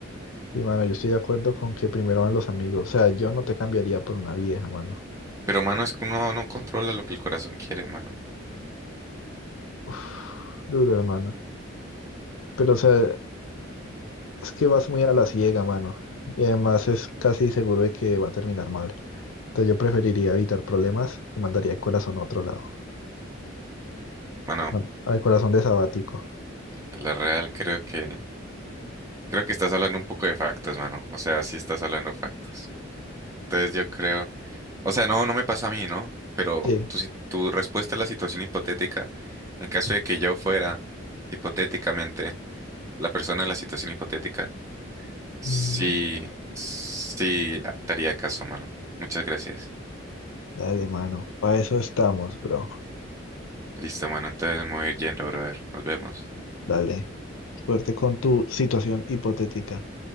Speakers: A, on the left (about 80°); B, on the right (about 15°).
A: Sí, mano, yo estoy de acuerdo con que primero van los amigos. O sea, yo no te cambiaría por una vieja, mano.
B: Pero, mano, es que uno no controla lo que el corazón quiere, mano.
A: Uf, duro, hermano. Pero, o sea, es que vas muy a la ciega, mano. Y además es casi seguro de que va a terminar mal. Entonces yo preferiría evitar problemas y mandaría el corazón a otro lado.
B: Mano,
A: Man- Al corazón de sabático.
B: a la real creo que... Creo que estás hablando un poco de factos, mano. O sea, sí estás hablando factos. Entonces yo creo... O sea, no, no me pasa a mí, ¿no? Pero
A: Sí.
B: tu, si- tu respuesta a la situación hipotética, en caso de que yo fuera, hipotéticamente, la persona en la situación hipotética, sí,
A: Mm,
B: sí, ah, te haría caso, mano. Muchas gracias.
A: Dale, mano. Para eso estamos, bro.
B: Listo, mano. Entonces me voy a ir yendo, brother. Nos vemos.
A: Dale. Suerte con tu situación hipotética.